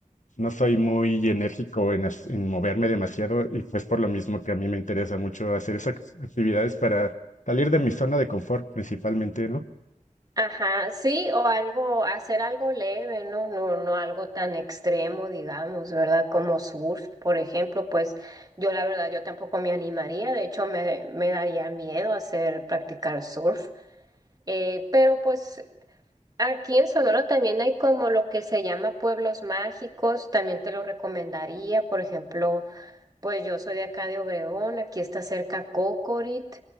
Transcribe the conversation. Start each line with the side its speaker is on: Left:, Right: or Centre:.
Left: no soy muy enérgico en, as- en moverme demasiado y pues por lo mismo que a mí me interesa mucho hacer esas ac- actividades para salir de mi zona de confort principalmente, ¿no?
Right: Ajá, sí, o algo, hacer algo leve, ¿no? No, no algo tan extremo, digamos, ¿verdad? Como surf, por ejemplo, pues yo la verdad, yo tampoco me animaría, de hecho me, me daría miedo hacer practicar surf, Eh, pero pues aquí en Sonora también hay como lo que se llama pueblos mágicos, también te lo recomendaría, por ejemplo. Pues yo soy de acá de Obregón, aquí está cerca Cocorit.